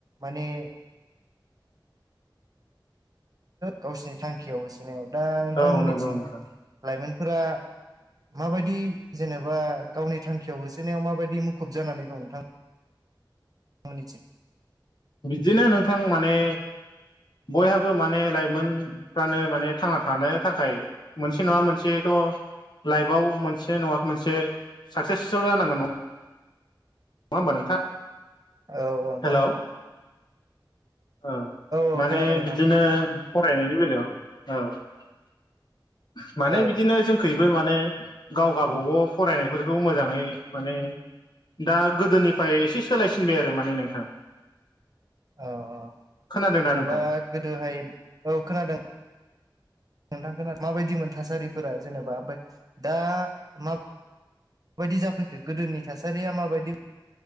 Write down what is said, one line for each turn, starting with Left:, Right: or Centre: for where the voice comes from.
Right: माने गावसिनि थांखियाव होसोनायाव दा नोंथांमोननिथिं
Left: औ नंगौ नोंथां
Right: लाइमोनफोरा माबायदि जेनेबा गावनि थांखियाव होसोनायाव माबायदि मुखुब जानानै दं नोंथां। <unintelligible>
Left: बिदिनो नोंथां माने बयहाबो माने लाइमोनफ्रानो माने थांना थानो थाखाय मोनसे नङा मोनसेथ' लाइफआव मोनसे नङा मोनसे साक्सेसथ' जानांगोन नङा नङा होमबा नोंथां?
Right: औ औ नोंथां
Left: हेल'
Right: औ।
Left: औ
Right: औ
Left: माने
Right: खोनादों नोंथां
Left: बिदिनो फरायनायनि बेलायाव औ माने
Right: औ
Left: बिदिनो जों खैबो माने गाव गावबागाव फरायनायफोरखौ मोजाङै माने दा गोदोनिफ्राय एसे सोलायसिनबाय आरो माने नोंथां।
Right: औ औ
Left: खोनादोंना
Right: जेनेबा
Left: नोंथां
Right: गोदोहाय औ खोनादों। नोंथां खोनादों माबायदिमोन थासारिफोरा जेनेबा ओमफ्राय दा मा बायदि जाफैखो गोदोनि थासारिया माबायदि